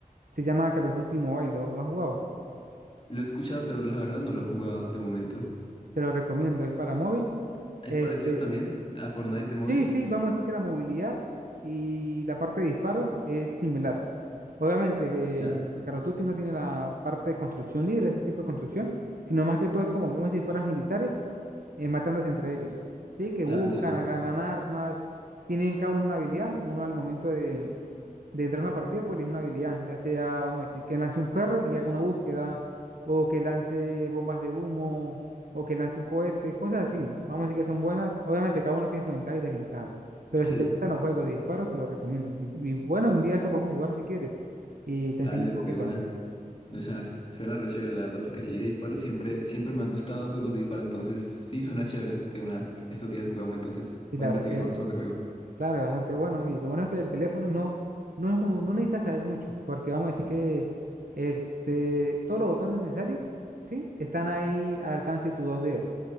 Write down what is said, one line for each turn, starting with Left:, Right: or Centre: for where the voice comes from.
Right: se llama Call of Duty Mobile, ¿lo, lo has jugado?
Left: Lo he escuchado, pero la verdad no lo he jugado de momento.
Right: Te lo recomiendo, es para móvil.
Left: ¿Es
Right: Este,
Left: parecido también a Fortnite de móvil?
Right: Sí, sí, vamos a decir que la movilidad y la parte de disparos es similar. Obviamente,
Left: Ya,
Right: en Call of Duty no tiene la parte de construcción libre, ese tipo de construcción, sino más que todo es como, vamos a decir, fueras militares eh, matándose entre ellos. Sí, que
Left: la
Right: buscan,
Left: entiendo.
Right: agarran armas, tienen cada uno una habilidad, uno al momento de, de entrar a una partida, pues elige una habilidad, ya sea, vamos a decir, que lance un perro y haga una búsqueda, o que lance bombas de humo, o que lance un cohete, cosas así. Vamos a decir que son buenas. Obviamente, cada una tiene sus ventajas y desventajas, pero si
Left: Sí,
Right: te gustan los juegos de disparos, te los recomiendo. Y, y bueno, un día esto podemos jugar si quieres y te
Left: dale,
Right: enseño un poquito.
Left: de una. Pues Suena, suena re chévere, la verdad, porque sí, de disparos siempre, siempre me han gustado juegos de disparo, entonces sí suena chévere. De una, estos días jugamos, entonces
Right: Y
Left: voy
Right: la
Left: a
Right: verdad
Left: investigar
Right: es que,
Left: más sobre el juego.
Right: claro, es bastante bueno. Y lo bueno es que el teléfono no, no es como, no necesitas saber mucho, porque vamos a decir que este, todos los botones necesarios, ¿sí? Están ahí al alcance de tus dos dedos.